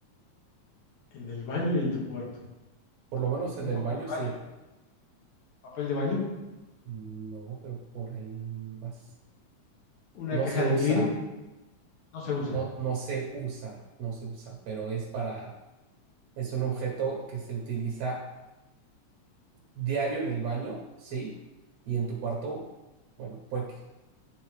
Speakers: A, on the left; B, on the right.
A: En el baño y en tu cuarto.
B: por lo menos el
A: Un
B: del
A: papel
B: baño
A: de baño,
B: sí.
A: papel de baño,
B: No, pero por ahí vas.
A: una
B: No
A: caja
B: se usa,
A: de Kleenex, no se usa.
B: no, no se usa, no se usa, pero es para, es un objeto que se utiliza diario en el baño, sí, y en tu cuarto, bueno, puede que-